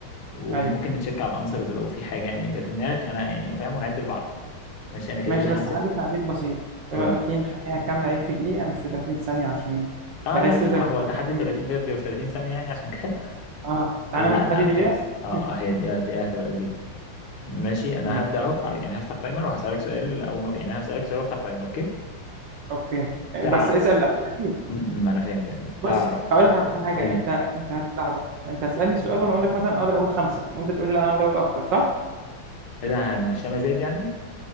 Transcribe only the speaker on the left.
وممكن
نتشيك على الانسرز لو في حاجة يعني جت في دماغك انا يعني فاهم ونعد لبعض ماشي انا كده
كده
همسك
اقول
لي
اه
لا لا
لا هو تحدي
30
ده بيبقى في 30 ثانية يعني عشان كده
<laughs>
لا
لا
فيكس اه
اه هي دي آه دي- آه هتبقى لذيذة ماشي انا
هبدأ اهو آه، يعني هفتح تايمر وهسألك سؤال اول ما يعني هسألك سؤال وافتح تايمر اوكي
تعرف
امم، ما انا فاهم فاهم تعرف
تقول
لي
قول
لي
ايه ده هنمشيها مزاد يعني